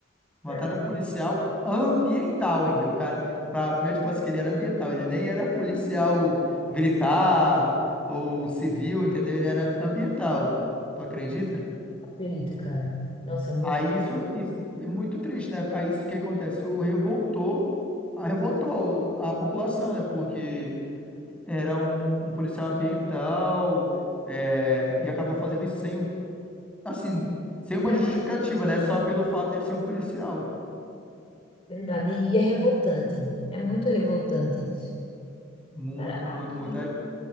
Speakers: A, in the centre; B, on the left (about 30°).
A: Mataram
B: Cara, não
A: um policial ambiental ainda. O cara, pra, primeiro de conversa que ele era ambiental, ele nem era policial militar ou civil, entendeu? Ele era ambiental. Tu acredita?
B: acredito, cara. Nossa, é muito.
A: Aí isso, isso é muito triste, né? Aí isso que acontece, o revoltou, a- revoltou a população, né? Porque era um, um policial ambiental é, e acabou fazendo isso sem, um- assim, sem uma
B: É
A: justificativa, né? Só pelo fato dele ser um policial.
B: verdade, e é revoltante. É muito revoltante isso.
A: Muito,
B: Cara, aqui,
A: muito, muito. Aí-